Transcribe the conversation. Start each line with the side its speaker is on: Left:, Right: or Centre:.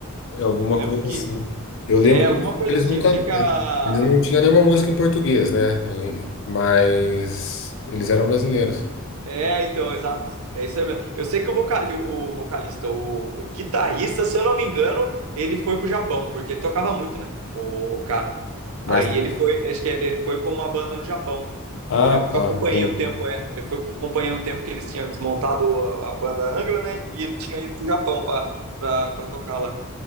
Left: é alguma
Right: Eu lembro
Left: coisa
Right: que
Left: assim. Eu lembro
Right: é
Left: que
Right: alguma coisa
Left: eles
Right: assim.
Left: nunca
Right: Eu sei que a,
Left: eles não tinham nenhuma música em português, né? E- mas eles eram brasileiros.
Right: É, então, exato. É isso aí mesmo. Eu sei que o, vocali, o vocalista, o, o guitarrista, se eu não me engano, ele foi pro Japão, porque ele tocava muito, né? O cara.
Left: Mas
Right: Aí ele foi, acho que ele ele foi pra uma banda no Japão.
Left: ah,
Right: Eu lembro que
Left: tá,
Right: eu acompanhei
Left: entendi.
Right: um tempo, é. Eu fui, acompanhei um tempo que eles tinham desmontado a, a banda Angra, né? E ele tinha ido pro Japão pra, pra, pra tocar lá.